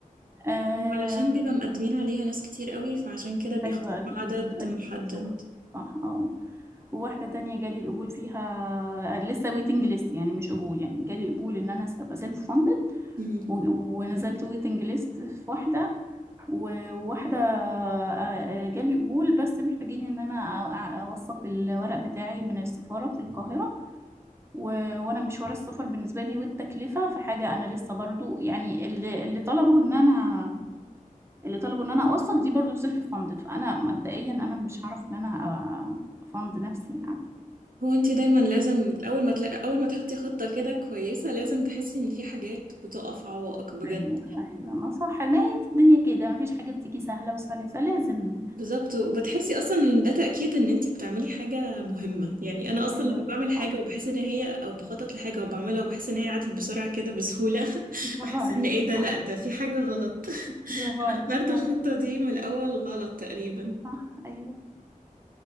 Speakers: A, on the right; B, on the right.
A: آه،
B: وعلشان بيبقى مقدمين عليها ناس كتير قوي فعشان كده بيختاروا
A: أيوة أكيد
B: عدد
A: أكيد
B: محدد
A: صح صح اه وواحدة تانية جالي القبول فيها لسه ويتنج ليست يعني مش قبول يعني جالي قبول إن أنا أبقى سيلف فاندد
B: مم.
A: ونزلت ويتنج ليست في واحدة وواحدة آه، آه، جالي قبول بس محتاجين إن أنا أ- أ- أوثق الورق بتاعي من السفارة في القاهرة و- وأنا مشوار السفر بالنسبة لي والتكلفة فحاجة أنا لسه برضو يعني اللي, اللي طلبوا إن أنا اللي طلبوا ان انا اوثق دي برضو سيلف فاندد فانا مبدئيا انا مش هعرف ان انا أ- افند نفسي يعني.
B: هو انت دايما لازم اول ما تلاقي اول ما تحطي خطة كده كويسة لازم تحسي ان في حاجات بتقف عوائق بجد
A: ايوه ايوه ما صح ما هي الدنيا كده ما فيش حاجه بتيجي سهله وسلسه لازم
B: بالظبط وبتحسي اصلا ان ده تأكيد ان انت بتعملي حاجة مهمة يعني انا اصلا
A: ايوه
B: لما بعمل حاجة
A: صح
B: وبحس ان هي او بخطط لحاجة وبعملها وبحس ان هي عدت بسرعة كده بسهولة <laughs>
A: برافو
B: بحس
A: عليكي
B: ان ايه ده
A: صح
B: لا ده في حاجة غلط <laughs>
A: برافو عليكي
B: انا اخترت
A: فعلا
B: الخطة دي من الاول غلط تقريبا
A: صح ايوه